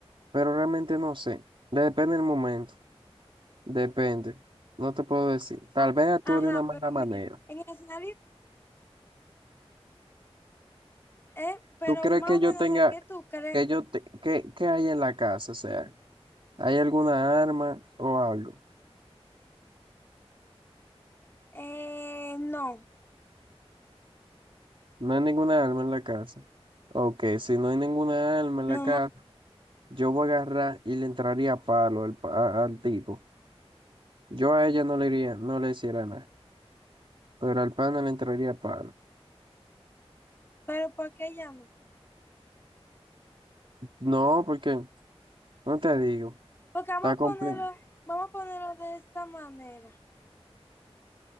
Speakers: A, on the right; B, on the left.
A: pero realmente no sé. Depende del momento, depende. No te puedo decir. Tal
B: Ah,
A: vez actúe
B: ajá,
A: de una mala
B: pero
A: manera.
B: mira, en el escenario, eh, pero
A: ¿Tú crees
B: más
A: que
B: o
A: yo
B: menos,
A: tenga,
B: ¿a qué tú crees?
A: que yo, te, que, que hay en la casa? O sea, ¿hay alguna arma o algo?
B: Eh, no.
A: No hay ninguna alma en la casa. Ok, si no hay ninguna alma en
B: No,
A: la casa,
B: no,
A: yo voy a agarrar y le entraría a palo al, pa- a- al tipo. Yo a ella no le iría, no le hiciera nada, pero al pana le entraría a palo.
B: pero ¿por qué ya no?
A: No, porque, no te digo,
B: Porque vamos
A: está
B: a
A: completo.
B: ponerlo, vamos a ponerlo de esta manera.